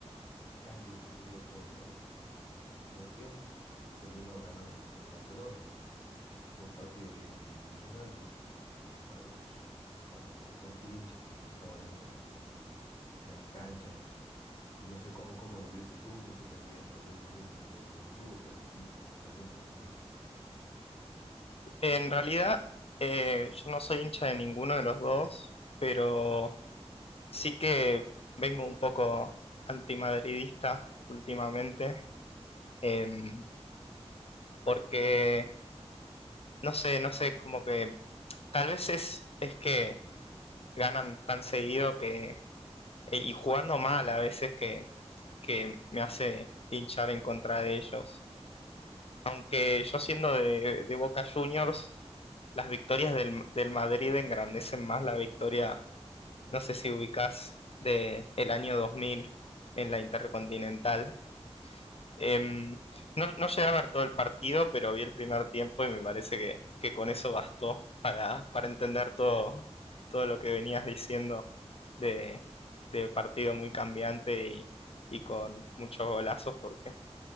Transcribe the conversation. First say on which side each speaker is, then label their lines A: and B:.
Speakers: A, on the left (about 35°); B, on the left (about 60°).
A: el- cambio que se dio todo, ¿no? En, en el primer tiempo que, que, que terminó ganando el, el Barcelona, así que fue un partido bien, bien emocionante eh, para los, para, para cualquier hincha que, que estaba dentro de la, de la cancha y, y no sé cómo, cómo lo viste tú, no sé si apoyaste a alguno, alguno de los dos, dos clubes o eres hincha de alguno de los dos.
B: En realidad, eh, yo no soy hincha de ninguno de los dos, pero sí que vengo un poco antimadridista últimamente, em, porque no sé, no sé, como que tal vez es, es que ganan tan seguido que, eh, y jugando mal a veces que, que me hace hinchar en contra de ellos. Aunque yo siendo de, de Boca Juniors, las victorias del, del Madrid engrandecen más la victoria, no sé si ubicás, de el año 2000 en la Intercontinental. Em, no, no llegué a ver todo el partido, pero vi el primer tiempo y me parece que, que con eso bastó para, para entender todo, todo lo que venías diciendo de, de partido muy cambiante y, y con muchos golazos, porque